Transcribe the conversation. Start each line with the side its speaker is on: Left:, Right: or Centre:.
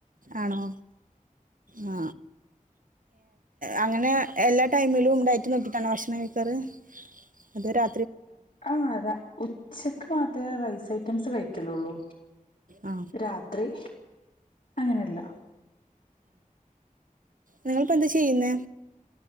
Right: ആണോ? ആ അങ്ങനെ എല്ലാ ടൈമിലും ഉണ്ടായിട്ട് നോക്കിയിട്ടാണോ ഭക്ഷണം കഴിക്കാറ്? അതോ രാ
Left: ആഹ് അത ഉച്ചക്ക് മാ റ്റേ റൈസ് ഐറ്റംസ് കഴിക്കലുള്ളു?
Right: ആ
Left: രാത്രി അങ്ങനെയല്ല.
Right: നിങ്ങൾപ്പ എന്താ ചെയ്യുന്നെ?